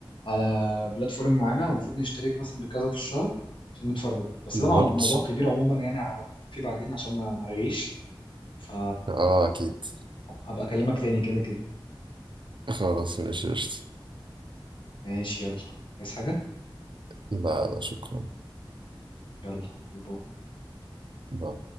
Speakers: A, on the left; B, on the right.
A: على بلاتفورم معينة المفروض نشترك مثلا بكذا في الشهر عشان نتفرج بس
B: بالظبط
A: ده مو- موضوع كبير عموما يعني هبقى فيه بعدين عشان ما مرغيش ف
B: اه اكيد
A: هبقى اكلمك تاني كده كده
B: خلاص ماشي قشطة
A: ماشي يلا عايز حاجة
B: لا لا شكرا
A: يلا باي باي.
B: باي.